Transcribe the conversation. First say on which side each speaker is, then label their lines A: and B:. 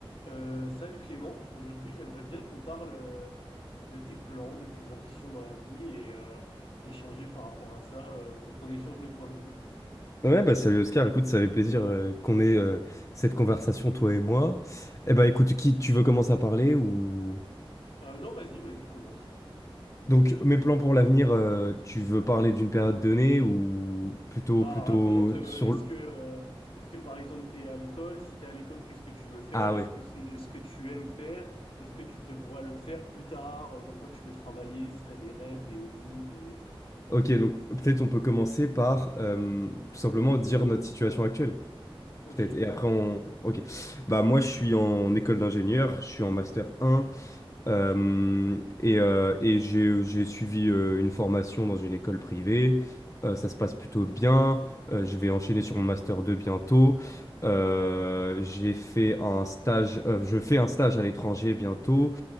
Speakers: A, on the left; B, on the left.
A: Euh, salut Clément, aujourd'hui j'aimerais bien qu'on parle euh, de tes plans, de tes ambitions dans la vie et euh, échanger par rapport à ça euh, pour qu'on échange nos points de vue.
B: Ouais, bah salut Oscar, écoute, ça fait plaisir euh, qu'on ait euh, cette conversation, toi et moi. Eh bah écoute, qui tu veux commencer à parler ou...
A: Euh, non, vas-y, vas-y, commence.
B: Donc mes plans pour l'avenir, euh, tu veux parler d'une période donnée ou plutôt
A: Bah
B: plutôt
A: raconte, euh,
B: sur...
A: est-ce
B: le-
A: que, euh, est-ce que par exemple t'es à l'école? Si t'es à l'école, qu'est-ce que tu veux faire?
B: Ah
A: Est-ce
B: ouais,
A: que c'est ce que tu aimes faire? Est-ce que tu te vois le faire plus tard? Euh, Dans quoi tu veux travailler? Si t'as des rêves, des hobbies, des...
B: ok, donc peut-être on peut commencer par euh, tout simplement dire notre situation actuelle,
A: Ok.
B: peut-être. Et après on... Ok, bah moi je suis en école d'ingénieur, je suis en master un Euh, et euh, et j'ai, j'ai suivi euh, une formation dans une école privée. Euh, ça se passe plutôt bien. Euh, je vais enchaîner sur mon master 2 bientôt. Euh, j'ai fait un stage, euh, je fais un stage à l'étranger bientôt.